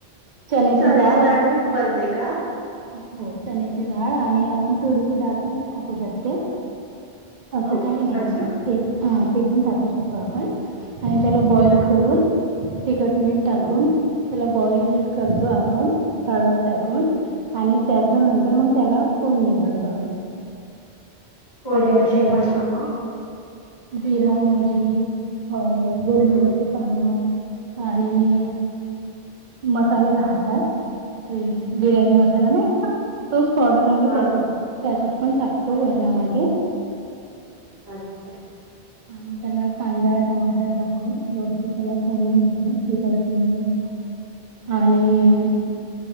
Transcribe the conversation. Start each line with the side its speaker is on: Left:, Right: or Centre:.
Right: चण्याची
Left: चण्याच्या
Right: डाळ
Left: डाळीनेच
Right: आण
Left: बनते का?
Right: हो चण्याची डाळ आणि आपण थोडीशी डाळ पण टाकू शकते असं
Left: हो
Right: काही नाहीय
Left: अच्छा
Right: ते हा ते पण टाकू शकतो आपण आणि त्याला बॉईल
Left: अच्छा
Right: करून तिखट मीठ टाकून
Left: हं.
Right: त्याला बॉईल करतो आपण हळद टाकून आणि त्याच्या नंतर मग त्याला कोड निघालतो आम्ही
Left: फोडणी
Right: खडे मसाल्याची
Left: कशी घालता मग
Right: जिरा मोगऔ गली
Left: हम्म
Right: म पान आणि मसाले राहतात ते बिर्याणी मसाला नाही का तोच पावडर आम्ही
Left: हा
Right: त्याच्यात
Left: हा हा
Right: त्याच्यात पण टाकतो वर्णामध्ये
Left: अच्छा
Right: आणि त्याला कांदा टमाटर टाकव व्यवस्ित त्याला फोडणी घल तिथत मि
Left: <inaudible>
Right: आणि